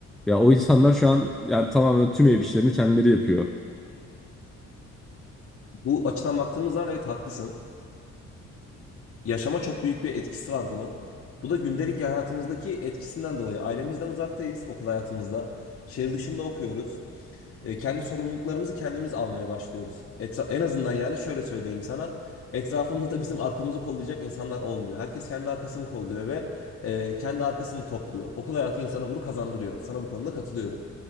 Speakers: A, in the centre; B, on the left.
A: Ya o insanlar şu an ya tamamen tüm ev işlerini kendileri yapıyor.
B: Bu açıdan baktığımız zaman evet haklısın. Yaşama çok büyük bir etkisi var bunun. Bu da gündelik hayatımızdaki etkisinden dolayı. Ailemizden uzaktayız okul hayatımızda. Şehir dışında okuyoruz. E, kendi sorumluluklarımızı kendimiz almaya başlıyoruz. Etra en azından yani şöyle söyleyeyim sana. Etrafımızda bizim arkamızı kollayacak insanlar olmuyor. Herkes kendi arkasını kolluyor ve e, kendi arkasını topluyor. Okul hayatı insana bunu kazandırıyor. Sana bu konuda katılıyorum.